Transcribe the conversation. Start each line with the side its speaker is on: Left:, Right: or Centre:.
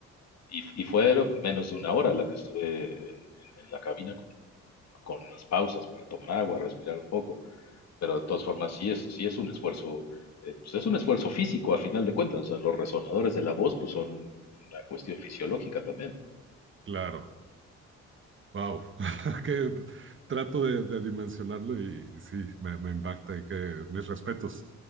Left: y, y fue menos de una hora la que estuve en, en- en la cabina con, con las pausas para tomar agua, respirar un poco. Pero de todas formas, sí es, sí es un esfuerzo, eh, pues es un esfuerzo físico a final de cuentas. O sea, los resonadores de la voz pues son una cuestión fisiológica también.
Right: Claro. Wow. <laughs> Que trato de, de dimensionarlo y sí, me, me impacta y que mis respetos.